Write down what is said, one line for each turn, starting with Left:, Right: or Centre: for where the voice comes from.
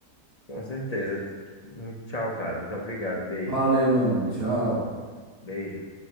Left: Com certeza. Muito- Tchau, cara. Muito obrigado. Beijo.
Right: Valeu, meu mano. Tchau.
Left: Beijo.